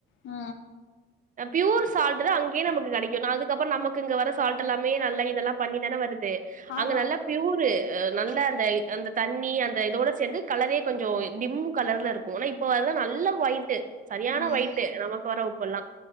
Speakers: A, on the left; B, on the right.
A: ஆ
B: பியூர் சால்ட் தா அங்கேயே நமக்கு கிடைக்கு அதுக்கப்புற நமக்கு இங்க வர சால்ட் எல்லாமே நல்லா இது எல்லா பண்ணி தானே வருது
A: ஆமா
B: அங்க நல்லா பியூரு நல்ல அந்த அந்த தண்ணி அந்த இதோட சேந்து கலரே கொஞ்சோ டிம் கலர்ல இருக்கு ஆனா இப்ப வர நல்ல ஒயிட்டு சரியான
A: ம்
B: ஒயிட்டு நமக்கு வர உப்பல்லா